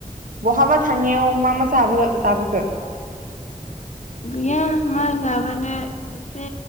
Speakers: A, on the right; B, on the left.
A: बहाबा थांनायाव मा मा जाबो-जाबोखो?
B: गैया मा जाबोनो एसे